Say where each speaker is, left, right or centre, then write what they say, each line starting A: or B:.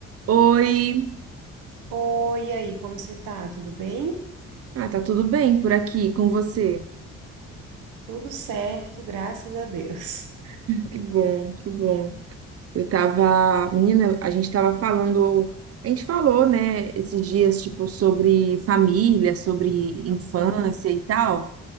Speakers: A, on the right (about 50°); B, on the right (about 80°).
A: Oi,
B: Oi, e aí, como você tá? Tudo bem?
A: ah, tá tudo bem por aqui com você?
B: Tudo certo, graças a Deus.
A: Que bom, que bom. Eu tava, menina, a gente tava falando, a gente falou, né, esses dias, tipo, sobre família, sobre infância
B: Aham.
A: e tal.